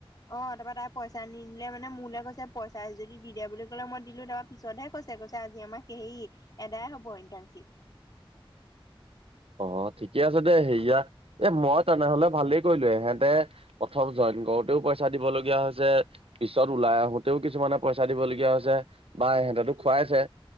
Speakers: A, on the left; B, on the right.
A: তাৰপৰা তাই পইচা নিদিলে মানে মোলে কৈছে পইচা যদি দি দিয়া বুলি কলে মই দিলো তাৰপা পিছতহে কৈছে কৈ কৈছে আজি আমাৰ সেই এদাই হ'ব ইণ্টাৰ্নশ্বিপ।
B: অ', ঠিকে আছে দে হেৰিয়া এ মই তেনেহ'লে ভালেই কৰিলো এহেঁতে প্ৰথম জই কৰোতেও পইচা দিব লগীয়া হৈছে পিছত ওলাই আহোতেও কিছুমানে পইচা দিব লগীয়া হৈছে বা সেহতো খুৱাইছে